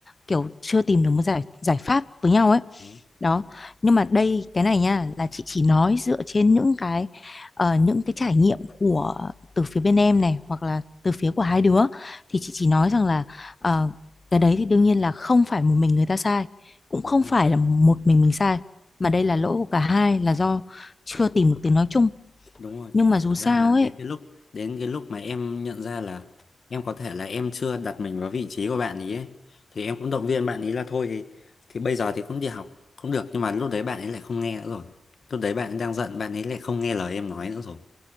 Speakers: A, on the left; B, on the left.
A: kiểu chưa tìm được một giải giải pháp với nhau ấy
B: đúng,
A: đó nhưng mà đây cái này nha là chị chỉ nói dựa trên những cái ờ, những cái trải nghiệm của từ phía bên em này hoặc là từ phía của hai đứa thì chị chỉ nói rằng là ờ, cái đấy thì đương nhiên là không phải một mình người ta sai cũng
B: đúng
A: không phải
B: rồi
A: là một mình mình sai mà đây là lỗi của cả hai là do chưa tìm được tiếng nói chung
B: Đúng rồi.
A: nhưng mà dù
B: Thật
A: sao
B: ra là đến
A: ấy
B: cái lúc đến cái lúc mà em nhận ra là em có thể là em chưa đặt mình vào vị trí của bạn ấy, ấy thì em cũng động viên bạn ấy là thôi thì thì bây giờ thì cũng đi học cũng được nhưng mà lúc đấy bạn ấy lại không nghe nữa rồi. Lúc đấy bạn ấy đang giận bạn ấy lại không nghe lời em nói nữa rồi.